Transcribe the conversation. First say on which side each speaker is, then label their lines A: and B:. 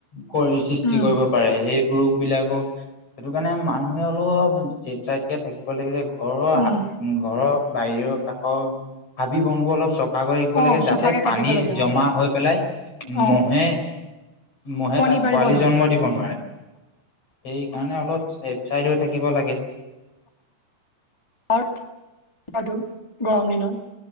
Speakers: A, on the left; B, on the left.
A: কৰি সৃষ্টি
B: উম
A: কৰিব পাৰে সেই ৰোগ বিলাকো সেইটো কাৰণে মানুহে অলপ জেপ চাইটকে থাকিব লাগে যে ঘৰৰ
B: উম
A: উ ঘৰৰ বাহিৰৰ কাষৰ হাবি বনবোৰ অলপ চ চাফা কৰি ৰাখিব
B: অ
A: লাগে
B: চফাকে
A: যাতে
B: কাটিব
A: পানী
B: লাগে
A: জমা
B: অ
A: হৈ মহে,
B: অ
A: মহে
B: কণী
A: তাত
B: পাৰিব
A: পোৱালি
B: নোৱাৰে
A: জন্ম দিব নোৱাৰে। সেই কাৰণে অলপ চেভ চাইডো থাকিব লাগে।
B: আৰুটো গৰম দিনত